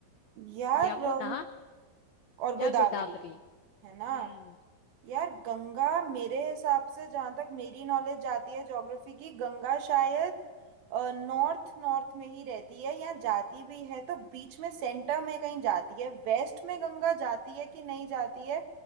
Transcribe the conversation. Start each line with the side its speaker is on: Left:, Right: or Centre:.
Right: या
Left: यमुना
Right: रम और गोदावरी
Left: या गोदावरी
Right: है ना
Left: हम्म
Right: यार गंगा मेरे हिसाब से जहाँ तक मेरी नॉलेज जाती है ज्योग्राफी की गंगा शायद नॉर्थ नॉर्थ में ही रहती है या जाती भी है तो बीच में सेंटर में कहीं जाती है वेस्ट में गंगा जाती है कि नहीं जाती है